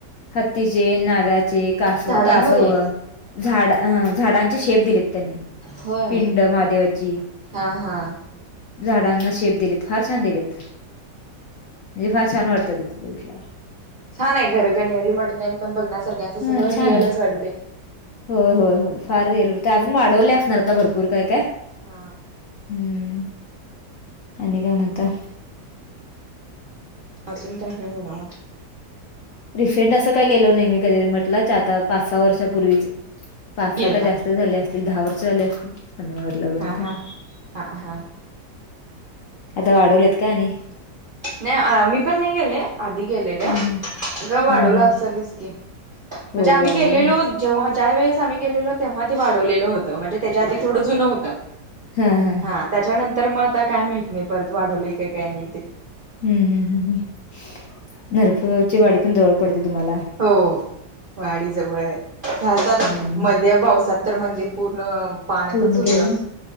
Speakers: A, on the left; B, on the right.
A: हत्तीचे नागाचे कासव
B: झाडांमध्ये
A: कासव झाड हां झाडांचे शेप दिलेत त्यांनी
B: होय
A: पिंड महादेवाची
B: हा हा.
A: झाडांना शेप दिलेत फार छान दिलेत. हे फार छान वाटतं तिथे बघितल्यावर
B: छान आहे घरं कणेरी मठ ते पण बघण्यासारखं असं सगळं
A: हा
B: रिअलच
A: छान आहे
B: वाटते.
A: होय होय होय फार रिअल होते अजून वाढवले असणार आता भरपूर काय काय
B: हा.
A: हम्म आणि काय म्हणता.
B: अजून काही म्हणा मग
A: रिसेंट असं काय गेलो नाही मी कणेरी मठला च आता पाच सहा वर्षापूर्वीच पाच
B: गेलता
A: सहा का जास्त झाले असतील दहा वर्ष झाले असतील कणेरी मठ
B: हा हा हा हा
A: आता वाढवलेत का आणि
B: नाही अह मी पण नाही गेले. आधी गेलेल्या
A: हम्म हम्म
B: गा वाढवला
A: हा हा
B: असेलच की म्हणजे
A: होय
B: आम्ही
A: वाढवलं
B: गेलेलो जेव्हा ज्या वेळेस आम्ही गेलेलो तेव्हा ते वाढवलेलं होतं, म्हणजे त्यांच्या आधी थोडं जुनं होतं.
A: ह हां
B: हा त्याच्यानंतर मग आता काय माहित नाही परत वाढवले का काय नाही ते
A: हम्म हम्म हम्म हम्म नरफची वाडी पण जवळ पडते तुम्हाला
B: हो वाडी जवळ आहे झालतं
A: हम्म
B: आता मध्ये पावसात तर मंदिर पूर्ण पाण्यातच
A: पूर्ण
B: होतं.
A: गेल ना